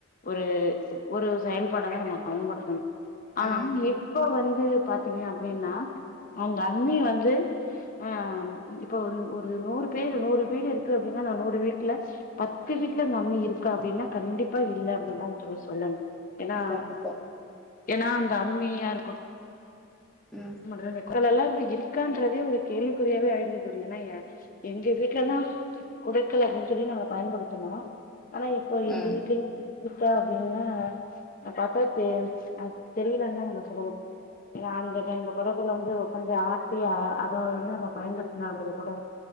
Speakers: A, on the left (about 45°); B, in the centre.
A: ஒரு ஒரு செயல்பாடதா நம்ம பயன்படுத்தணு ஆ
B: உம்
A: எப்ப வந் து பாத்தீங்க அப்டின்னா அந்த அம்மி வந்து து அம் இப்ப ஒரு ஒரு நூறு பேர் நூறு வீடு இருக்கு அப்டினா நா நூறு வீட்டுல பத்து வீட்டுல அந்த அம்மி இருக்கா அப்டின்னா கண்டிப்பா இல்ல அப்டின் தா தோழி சொல்லனு ஏனா
B: கண்டிப்பா
A: ஏனா அந்த அம்மியா இருக்
B: ம்
A: <unintelligible> எல்லாம் இப்ப இருக்கான்றதே ஒரு கேள்விக்குறியாவே ஆயிடுச்சு தோழி ஏனா ஏ எங்க வீட்லல்லா குடுக்கல அப்டின் சொல்லி நாங்க பயன்படுத்துனோ ஆனா இப்போ எங்க
B: ம்
A: வீட்லயு இருக்கா அப்டின்னா பாத்தா தெ அ தெரிலன் தா நம்ம சொல்லனு <unintelligible> <unintelligible> கல்ல வந்து கொஞ்சோ ஆட்டி அ அ அத வந்து நம்ம பயன்படுத்தினம்போது கூட